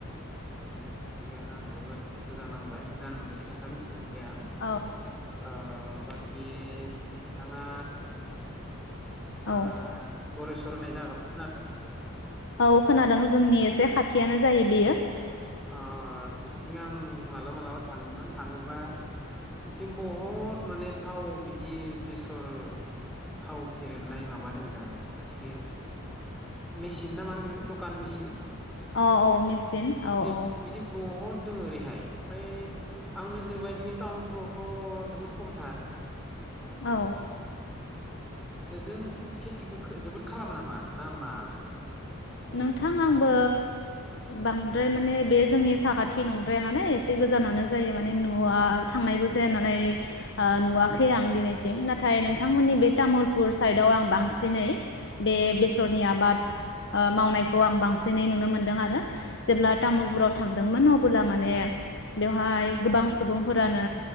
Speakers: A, in the centre; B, on the left.
A: उम थिगानो आं जोबोद मोजां नांबाय गोदान मोनसे खोथा मिथियो आं बे आं
B: औ
A: ओ बा बे नोंथाङा आ
B: औ
A: गरेसर होननाय जायगाखौ खोनादों?
B: औ खोनादों जोंनि एसे खाथियानो जायो बेयो
A: अ बिथिं आं मालाबा मालाबा थाङोमोन थाङोबा बिथिं बहुद माने थाव बिदि बेसर थाव फेरेनाय माबादों दां एसे मेसिन ना मा मोनगोन एखो दखान मेसिन?
B: अ औ मेचिन औ
A: बिदि
B: औ
A: बिदि ब बहुद दोङो ओरैहाय ओमफ्राय आं नोजोर बोबाय जोंनि टाउनफोरावथ' जोबोद खमथार
B: औ
A: ओजों खेथिखो जोबोद खालामो नामा ना मा? नोंथाङा
B: नोंथां
A: एसे बुंनो
B: आंबो
A: हागोन नामा?
B: बांद्राय माने बे जोंनि साखाथि नंद्राया नालाय एसे गोजानानो जायो माने न'आ थांनायबो जाया नालाय ओ नुवाखै
A: उम
B: आं दिनैसिम ना नाथाय नोंथांमोननि बे तामुलपुर साइडआव आं बांसिनै बे बेसरनि आबाद मावनायखौ आं बांसिनै नुनो मोनदों आरो जेब्ला तामुलपुराव
A: उम
B: थांदोंमोन अब्ला माने बेवहाय गोबां सुबुंफोरानो